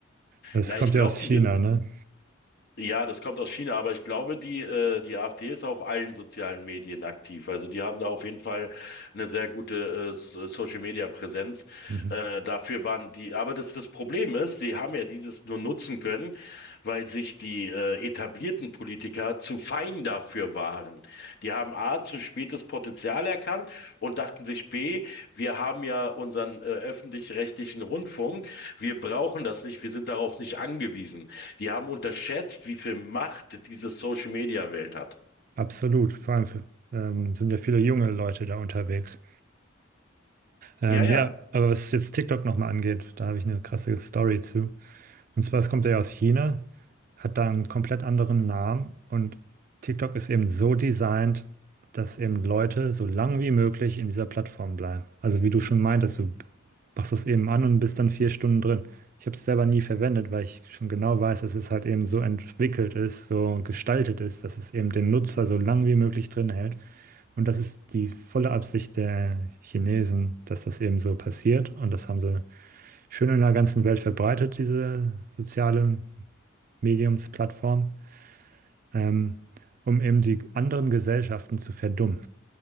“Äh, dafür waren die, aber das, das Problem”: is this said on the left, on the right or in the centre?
Left